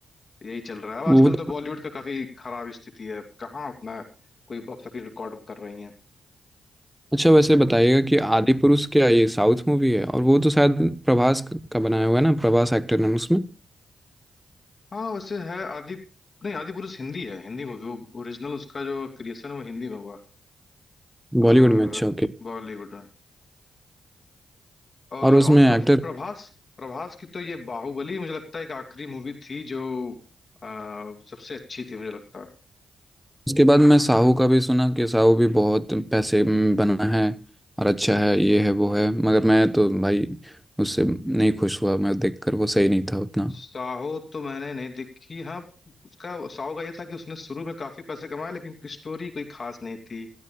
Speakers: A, on the left (about 45°); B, in the centre.
A: यही चल रहा है अब आजकल
B: वो तो
A: तो बॉलीवुड का काफी खराब स्थिति है कहाँ उतना कोई बॉक्स ऑफिस रिकॉर्ड कर रही है
B: अच्छा वैसे बताइएगा कि आदि पुरुष क्या ये साउथ मूवी है और वो तो शायद प्रभास का बनाया हुआ है ना प्रभास एक्टर नाम उसमें
A: हाँ वैसे है आदि नहीं आदि पुरुष हिंदी है हिंदी मूवी वो ओरिजिनल उसका जो क्रिएशन है वो हिंदी में हुआ है।
B: बॉलीवुड
A: और
B: में अच्छा ओके
A: बॉलीवुड में और
B: और उसमें
A: और प्र,
B: एक्टर
A: प्रभास प्रभास की तो ये बाहुबली मुझे लगता है एक आखिरी मूवी थी जो अ, सबसे अच्छी थी मुझे लगता है
B: उसके बाद मैं साहू का भी सुना कि साहू भी बहुत पैसे में बना है और अच्छा है ये है वो है मगर मैं तो भाई उससे नहीं खुश हुआ मैं देखकर वो सही नहीं था उतना
A: साहो तो मैंने नहीं देखी हाँ उसका साहो का ये था कि उसने शुरू में काफी पैसे कमाए लेकिन स्टोरी कोई खास नहीं थी